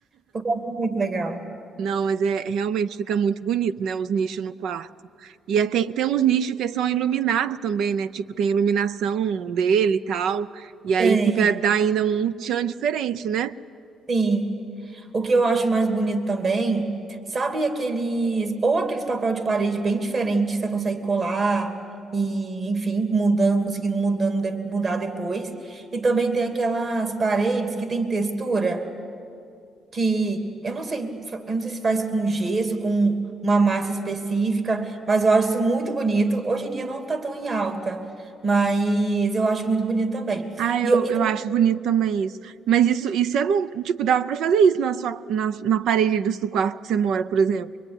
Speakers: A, on the right; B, on the right.
A: Porque eu acho muito legal.
B: Não, mas é realmente fica muito bonito, né? Os nichos no quarto. E é, tem, tem uns nichos que são iluminados também, né? Tipo, tem iluminação dele e tal. E aí
A: Tem,
B: fica, dá ainda um tchan diferente, né?
A: sim. O que eu acho mais bonito também, sabe aqueles, ou aqueles papel de parede bem diferentes que você consegue colar e, enfim, mudando, conseguindo mudando, de- mudar depois. E também tem aquelas paredes que tem textura que eu não sei, fa- eu não sei se faz com gesso, com uma massa específica, mas eu acho isso muito bonito. Hoje em dia não tá tão em alta, mas eu acho muito bonito também.
B: Ah, eu,
A: E, eu- e
B: eu acho bonito também isso. Mas isso, isso é bom. Tipo, dava pra fazer isso na sua, na, na parede do, do quarto que você mora, por exemplo.